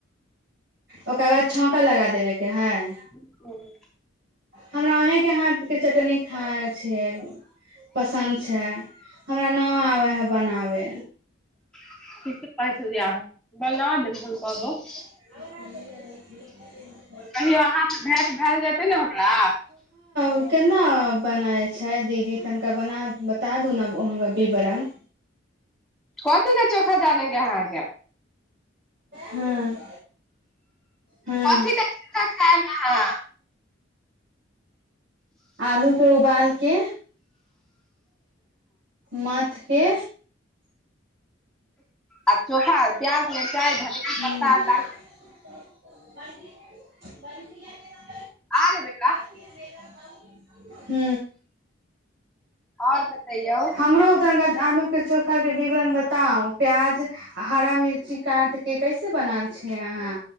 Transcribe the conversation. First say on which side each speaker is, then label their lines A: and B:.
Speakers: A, on the right; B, in the centre.
A: ओकर बाद छौका लगा देबेके हइ
B: ह
A: हमरा अहेंके हाथ के चटनी खाय छियै पसन्द छै हमरा नह आबै हइ बनाबै
B: <unintelligible>
A: <unintelligible>
B: कहियौ अहाँके भेँट भै जेतै ने हमरा
A: ओ केना बनाै छै दीदी तनिका बना बता दू ने अहाँके विवरण
B: कथी के चोखा जाने के है अहाँके
A: हं हं
B: कथी के चोखा खायब अहाँ
A: आलू के उबाल के मथ के
B: आ चोखा प्याज मिरचाइ धनिया
A: हूँ
B: पत्ता आ डाल
A: <inaudible>
B: आने बेटा
A: <inaudible> ह
B: आओर बतैयौ
A: हमरो तनका आलू के चोखा खा के विवरण बताउ प्याज आ हरा मिर्ची काटिके कैसे बनाल छियै अहाँ